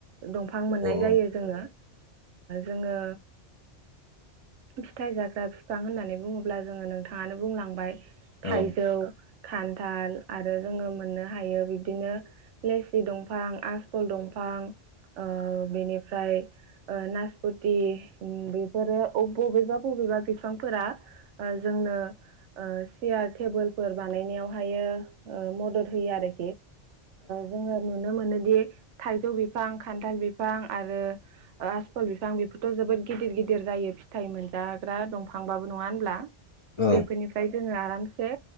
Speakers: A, on the right; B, on the left.
A: दंफां मोननाय
B: औ
A: जायो
B: औ
A: जोङो जोङो फिथाइ जाग्रा बिफां होननानै बुङोब्ला जोङो नोंथाङानो बुंलांबाय थाइजौ
B: उम
A: खान्थाल आरो जोङो
B: औ
A: मोननो हा यो बिदिनो लेसि दंफां आसखल‌
B: औ
A: दंफां
B: औ
A: ओ बिनि फ्राय नासपथि बे
B: उम
A: फोरो बबेबा बबेबा बिफांफोरा जोंनो चियार टेबोल फोर बानायनायावहायो मदद होयो आरो
B: औ
A: बेयो नुनो मोनोदि थाइजौ बिफां खान्थाल बिफां आरो आसफल बिफां बेफोरथ' जोबोद जोबोद गिदिर गि गेदेर जायो फिथाइ मोनजाग्रा दंफांबाबो नङा होनब्ला
B: औ
A: बेफोरनिफ्राय जोङो आ सो